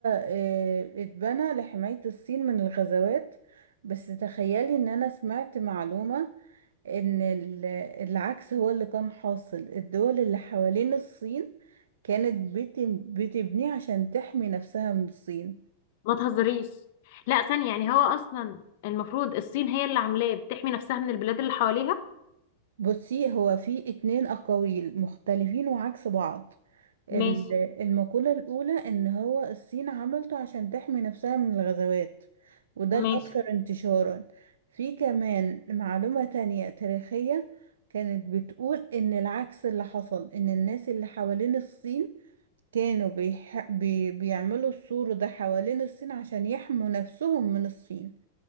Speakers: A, on the right (about 80°); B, on the left (about 60°).
A: آه، اتبنى لحماية الصين من الغزوات بس تخيلي ان انا سمعت معلومة ان ال- العكس هو اللي كان حاصل الدول اللي حوالين الصين كانت بت- بتبنيه عشان تحمي نفسها من الصين
B: ما تهزريش لا ثانية يعني هو اصلا المفروض الصين هي اللي عاملاه بتحمي نفسها من البلاد اللي حواليها
A: بصي هو في اتنين أقاويل مختلفين وعكس بعض ال-
B: ماشي
A: المقولة الأولى إن هو الصين عملته عشان تحمي نفسها من الغزوات وده الأكثر
B: ماشي
A: انتشارا في كمان معلومة تانية تاريخية كانت بتقول إن العكس اللي حصل إن الناس اللي حوالين الصين كانوا بيح... بي... بيعملوا السور ده حوالين الصين عشان يحموا نفسهم من الصين